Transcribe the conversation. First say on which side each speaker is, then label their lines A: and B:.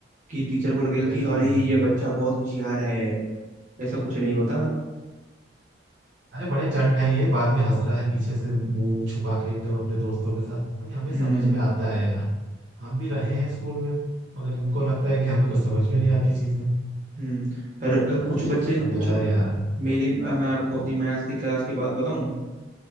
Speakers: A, on the right; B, on the right.
A: कि टीचर को लगेगा
B: वही
A: कि अरे ये बच्चा बहुत होशियार है ऐसा कुछ नहीं होता
B: अरे बड़े चंट हैं ये बाद में हंस रहा है पीछे से मुंह छुपा के एकदम अपने दोस्तों के साथ भाई हमें
A: हम्म
B: समझ में आता है यार हम भी रहे हैं स्कूल में मगर इनको लगता है कि हमें कुछ समझ में नहीं आती चीजें
A: हम्म अरे
B: इतना
A: अ, कुछ
B: अच्छे
A: बच्चे
B: से समझाया
A: कुछ
B: यार
A: मेरी अ, मैं आपको अपनी मैथ्स की क्लास की बात बताऊं